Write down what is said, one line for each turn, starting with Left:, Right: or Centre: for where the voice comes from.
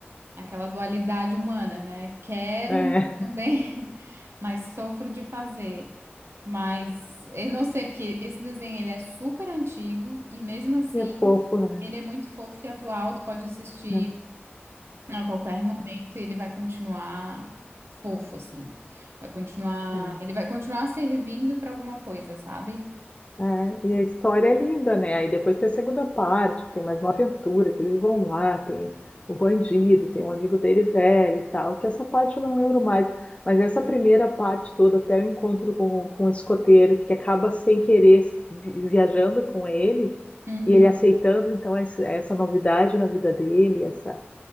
Right: Aquela dualidade humana, né? Quero
Left: é,
Right: mas também, <laughs> mas sofro de fazer. Mas eu não sei, porque esse desenho ele é super antigo e mesmo assim
Left: e é fofo, né?
Right: ele é muito fofo e atual. Tu pode assistir
Left: É,
Right: a qualquer momento e ele vai continuar fofo, assim. Vai continuar,
Left: é, é.
Right: ele vai continuar servindo para alguma coisa, sabe?
Left: É, e a história é linda, né? Aí depois tem a segunda parte, que tem mais uma aventura, que eles vão lá, tem o bandido, tem um amigo dele velho e tal, que essa parte eu não lembro mais. Mas essa primeira parte toda, até o encontro com, com o escoteiro, que acaba sem querer vi- viajando com ele,
Right: Uhum.
Left: e ele aceitando, então, esse- essa novidade na vida dele, essa,